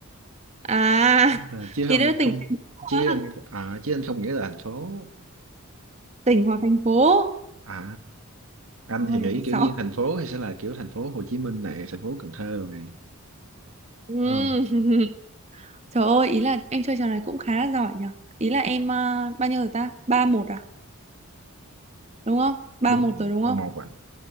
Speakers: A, on the right (about 30°); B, on the right (about 65°).
A: à
B: à, chứ
A: thì
B: không
A: đấy là tỉnh
B: không
A: thành phố
B: chứ
A: á.
B: anh à, chứ anh không nghĩ là thành phố
A: tỉnh hoặc thành phố
B: à anh
A: Ôi,
B: thì nghĩ kiểu
A: sợ
B: như thành phố thì sẽ là kiểu thành phố Hồ Chí Minh này thành phố Cần Thơ rồi này
A: Ừm.
B: Đúng không
A: <laughs> trời ơi ý là em chơi trò này cũng khá là giỏi nhở ý là em ờ, bao nhiêu rồi ta ba một à đúng không ba
B: đúng
A: một
B: rồi
A: rồi đúng
B: ba
A: không
B: một à